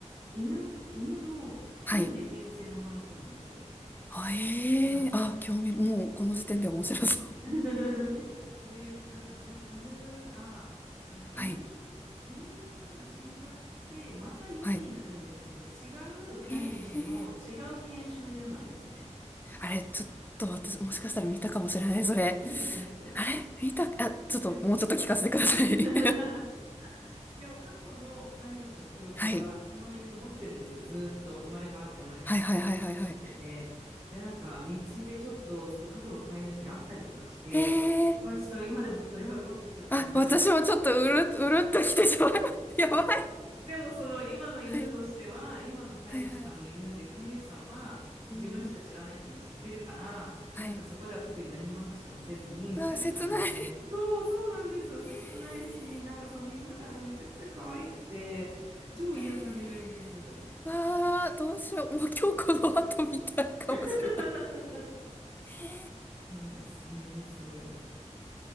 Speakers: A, on the right (about 50°); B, on the left (about 15°).
A: 犬の、犬の輪廻転生の話なんですよ。
B: はい。あ、えー、
A: はい。
B: あ、興味、もうこの時点で面白そう。
A: <laughs> で、なんかその犬が、あの犬、
B: はい。
A: 犬が死んじゃって、また犬になるんですけど、
B: はい。
A: 違う飼い主の違う犬種の犬なんですね。
B: へえー、あれ、ちょっと私、もしかしたら見たかもしれない、それ。
A: 目働く。
B: あれ見た、あ、ちょっと、
A: でも、
B: もうちょっと聞かせてください。
A: <laughs> でも過去の飼い主の記憶はその犬持ってるんですよ、
B: <laughs> はい。
A: ずーっと生まれ変わって生まれ変わってもずっと持ってて、
B: はいはいはいはいはい。
A: で、なんか道でちょっとその過去の飼い主に会ったりとかして、
B: へえ
A: うわちょっと今でも鳥肌立ってきちゃったんですけど、
B: あ、私もちょっとうる、
A: 私
B: うるっときてしまう。<laughs> やばい。
A: でもその今の犬としては、
B: はい。
A: 今の飼い主さんの犬で、
B: はいはい。
A: 飼い主さんは自分しか知らないっていうのを知ってるから、
B: うん。はい。
A: なんかそこでは特に何もアクションせずにみたいな感じで、
B: あー、切ない。
A: そうそうなんですよ、切ないし、
B: えー
A: なんかその犬がね、めちゃくちゃ可愛くて、超癒されるんです。
B: えーわー、どうしよう。もう今日この後みたいかもしれない。
A: <laughs>
B: へー
A: えーおすすめです。